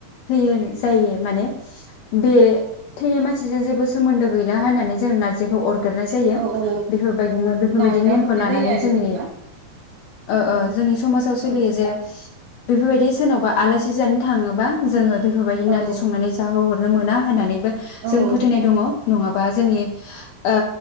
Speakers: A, on the left; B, on the right.
A: होयो जायो माने बे थैनाय मानसिजों जेबो सोमोन्दो गैला होननानै जों नारजिखौ अर अगारनाय जायो
B: औ औ
A: बेफोरबायदिनो बेफोरबायदि
B: नागार
A: नेमखौ
B: हरनाय
A: लानानै
B: जायो आरो
A: जोंनि
B: जेनेबा
A: ओ ओ
B: औ
A: जोंनि समाजाव सोलियो
B: औ
A: जे बेफोरबायदि सोरनावबा आलासि जानो थाङोबा जोङो बेफोरबायदि नारजि
B: औ
A: संनानै जाहो हर मोना होननानै
B: औ
A: जों फोथायनाय दङ नङाबा जोंनि ओ